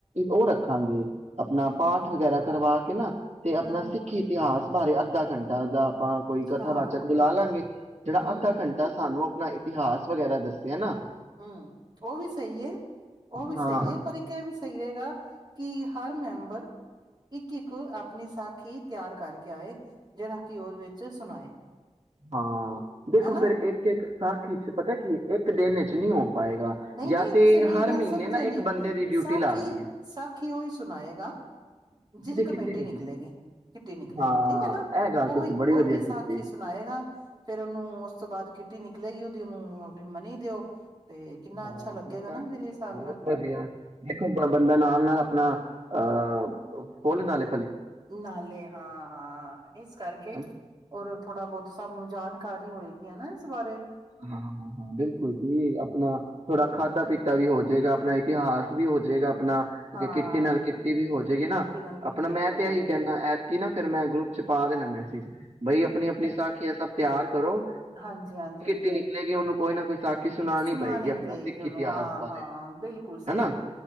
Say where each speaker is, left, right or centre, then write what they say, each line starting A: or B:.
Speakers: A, on the right; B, on the right.
A: ਉਹ ਰੱਖਾਂਗੇ ਆਪਣਾ ਪਾਠ ਵਗੈਰਾ ਕਰਵਾ ਕਿ ਨਾ ਤੇ ਆਪਣਾ
B: ਹਮ
A: ਸਿੱਖੀ ਇਤਿਹਾਸ ਬਾਰੇ ਅੱਧਾ ਘੰਟਾ ਦਾ ਆਪਾਂ ਕੋਈ ਕਥਾ
B: ਹਾਂ
A: ਵਾਚਕ ਬੁਲਾ ਲਾਂਗੇ ਜਿਹੜਾ
B: ਹਮ
A: ਅੱਧਾ
B: ਹਮ
A: ਘੰਟਾ ਸਾਨੂੰ ਆਪਣਾ ਇਤਿਹਾਸ ਵਗੈਰਾ ਦੱਸਿਆ ਨਾ।
B: ਹਮ ਉਹ ਵੀ ਸਹੀ ਹੈ ਉਹ ਵੀ
A: ਹਾਂ
B: ਸਹੀ ਹੈ ਪਰ ਇੱਕ ਇਹ ਵੀ ਸਹੀ ਰਹੇਗਾ ਕਿ ਹਰ ਮੈਂਬਰ ਇੱਕ ਇੱਕ ਆਪਣੀ ਸਾਖੀ ਤਿਆਰ ਕਰਕੇ ਆਏ, ਜਿਹੜਾ ਕਿ ਉਹਦੇ ਵਿੱਚ ਸੁਣਾਏ।
A: ਹਾਂ ਦੇਖੋ
B: ਹਨਾ
A: ਫਿਰ ਇੱਕ ਇੱਕ ਸਾਖੀ ਚ ਪਤਾ ਕੀ ਇੱਕ ਦਿਨ ਚ ਨਹੀਂ ਹੋ ਪਾਏਗਾ
B: ਨਹੀਂ
A: ਜਾਂ
B: ਨਹੀਂ
A: ਤੇ
B: ਤੁਸੀਂ ਮੇਰੀ
A: ਹਰ
B: ਗੱਲ
A: ਮਹੀਨੇ
B: ਸਮਝੇ
A: ਨਾ
B: ਨਹੀਂ
A: ਇੱਕ ਬੰਦੇ ਦੀ ਡਿਊਟੀ
B: ਸਾਖੀ
A: ਲਾ ਦੀਏ
B: ਸਾਖੀ ਉਹੀ ਸੁਣਾਏਗਾ।
A: ਜਿਹਦੇ
B: ਜਿਹਦੀ ਕਮੇਟੀ
A: ਕਿੱਟੇ ਨਿਕਲੇ
B: ਨਿਕਲੇਗੀ ਕਿਟੀ ਨਿਕਲੇਗੀ
A: ਹਾਂ
B: ਠੀਕ ਹੈ ਨਾ
A: ਇਹ ਗੱਲ ਤੁਸੀਂ
B: ਉਹੀ
A: ਬੜੀ
B: ਉਹੀ
A: ਵਧੀਆ ਕੀਤੀ।
B: ਸਾਖੀ ਸੁਣਾਏਗਾ ਫੇਰ ਉਹਨੂੰ ਉਸ ਤੋਂ ਬਾਅਦ ਕਿ ਕਿਟੀ ਨਿਕਲੇਗੀ ਉਹਦੀ ਉਹਨੂੰ ਆਪਣੀ ਮਨੀ ਦਿਓ ਤੇ ਕਿੰਨਾ
A: ਹਾਂ
B: ਅੱਛਾ ਲੱਗੇਗਾ
A: ਆਪਣਾ
B: ਨਾ ਮੇਰੇ ਹਿਸਾਬ
A: ਬਹੁਤ
B: ਨਾਲ
A: ਵਧੀਆ ਦੇਖੋ ਬੰਦਾ ਨਾਲ ਨਾਲ ਆਪਣਾ ਅਹ ਫੁੱਲ ਨਾਲ
B: ਨਾਲੇ ਹਾਂ ਹਾਂ ਇਸ ਕਰਕੇ
A: ਹਾਂ
B: ਔਰ ਥੋੜਾ ਬਹੁਤ ਸਭ ਨੂੰ ਜਾਣਕਾਰੀ ਹੋਏਗੀ ਹਨਾ। ਇਸ ਬਾਰੇ
A: ਹਾਂ ਹਾਂ ਹਾਂ ਬਿਲਕੁਲ ਜੀ ਆਪਣਾ ਥੋੜਾ ਖਾਧਾ ਪੀਤਾ ਵੀ ਹੋਜੇਗਾ। ਆਪਣਾ ਇਤਿਹਾਸ ਵੀ ਹੋ ਜੇਗਾ ਆਪਣਾ
B: ਹਾਂ
A: ਕਿੱਟੀ ਨਾਲ ਕਿੱਟੀ ਵੀ ਹੋ ਜਾਏਗੀ ਨਾ
B: ਕਿੱਟੀ ਨਾਲ ਕਿੱਟੀ
A: ਆਪਣਾ ਮੈਂ
B: ਵੀ ਹੋ
A: ਤੇ ਇਹੀ
B: ਜਾਏਗੀ
A: ਕਹਿੰਦਾ ਐਤਕੀ ਨਾ ਫਿਰ ਮੈਂ ਗਰੁੱਪ ਛਪਾ ਦੇਣਾ ਮੈਸੇਜ। ਬਈ ਆਪਣੀ ਆਪਣੀ ਸਾਖੀਆਂ ਸਭ ਤਿਆਰ ਕਰੋ।
B: ਹਾਂਜੀ-ਹਾਂਜੀ।
A: ਕਿਟੀ ਨਿਕਲੇਗੀ, ਉਹਨੂੰ ਕੋਈ ਨਾ ਕੋਈ ਸਾਖੀ
B: ਸੁਣਾਣੀ
A: ਆਪਣਾ
B: ਪਏਗੀ
A: ਸਿੱਖ
B: ਉਹਨੂੰ
A: ਇਤਿਹਾਸ
B: ਹਾਂ-ਹਾਂ
A: ਬਾਰੇ
B: ਬਿਲਕੁਲ ਸਹੀ
A: ਹਨਾ
B: ਹੈ,